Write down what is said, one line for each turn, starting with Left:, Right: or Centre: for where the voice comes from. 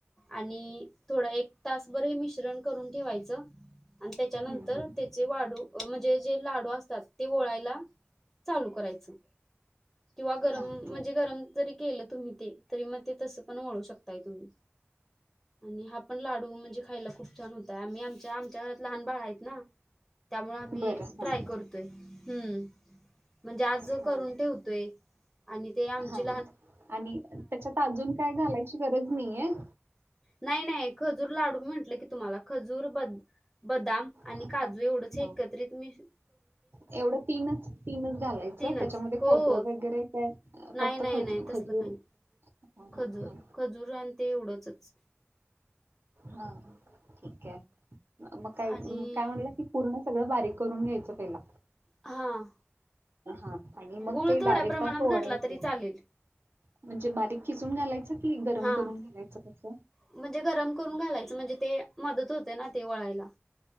Centre: आणि थोडं एक तासभर हे मिश्रण करून ठेवायचं. आणि त्याच्यानंतर
Right: हं, हं.
Centre: ते. जे वाडू म्हणजे जे लाडू असतात ते ओळायला चालू करायच. किंवा गरम
Right: हां,
Centre: म्हणजे
Right: बरं.
Centre: गरम जरी केलं तुम्ही ते तरी मग ते तस पण वळू शकताय तुम्ही. आणि हा पण लाडू म्हणजे खायला खूप छान होताय आम्ही आमच्या आमच्या घरात लहान बाळ आहेत ना. त्यामुळे आम्ही
Right: बरं, हां.
Centre: ट्राय करतोय. हम्म म्हणजे आज
Right: हां.
Centre: करून ठेवतोय आणि ते आमचे.
Right: हा आणि त्याच्यात अजून काय घालायची गरज नाहीयं.
Centre: नाही नाही खजूर लाडू मी म्हंटलं की तुम्हाला खजूर बद् बदाम आणि
Right: हा
Centre: काजू एवढंच एकत्रित
Right: हा
Centre: मि
Right: एवढं तीनच तीनच घालायचं
Centre: तीनच
Right: त्याच्यामध्ये
Centre: हो
Right: खोबरं
Centre: हो
Right: वगैरे काय?
Centre: नाही
Right: फक्त
Centre: नाही
Right: खजू
Centre: नाही
Right: खजूर.
Centre: तसलं काही नाही
Right: हा
Centre: खजूर
Right: हा हा
Centre: खजूर आणि ते एवढंचच.
Right: हा ठीक आहे मग काय
Centre: आणि
Right: काय म्हणला की, पूर्ण सगळं बारीक करून घ्यायचं पहिला.
Centre: हां,
Right: हा आणि मग
Centre: गूळ
Right: ते
Centre: थोड्या
Right: डायरेक्ट
Centre: प्रमाणात
Right: असं ओळायच
Centre: घातला तरी चालेल.
Right: म्हणजे बारीक कि खिसुन घालायच की गरम
Centre: हां,
Right: करून घालायचं तसं.
Centre: म्हणजे गरम करून घालायचं म्हणजे ते मदत होते, ना ते वळायला.